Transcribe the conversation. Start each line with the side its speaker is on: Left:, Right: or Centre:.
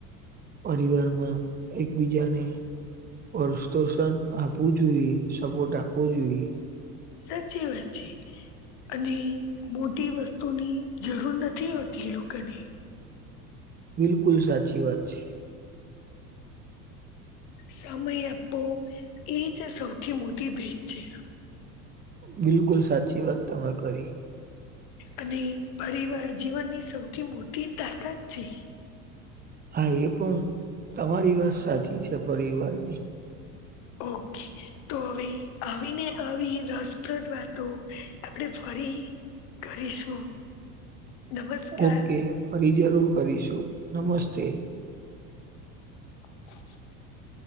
Right: પરીવારમાં એકબીજાને પ્રોત્સાહન આપવું જોઈએ સપોર્ટ આપવો જોઈએ
Left: સાચી વાત છે એટલે અને મોટી વસ્તુની જરૂર નથી હોતી લોકોને
Right: બિલકુલ સાચી વાત છે.
Left: સમય આપવો એ જ સૌથી મોટી ભેટ છે.
Right: બીલકુલ સાચી વાત તમે કરી
Left: અને પરિવાર જીવનની સૌથી મોટી તાકાત છે.
Right: હા એ પણ તમારી વાત સાચી છે, પરિવારની
Left: હ ઓ કે તો હવે આવીને આવી રસપ્રદ વાતો આપણે ફરી કરીશું. નમસ્કાર
Right: ઓ કે ફરી જરૂર કરીશું, નમસ્તે
Left: <unintelligible> <inaudible>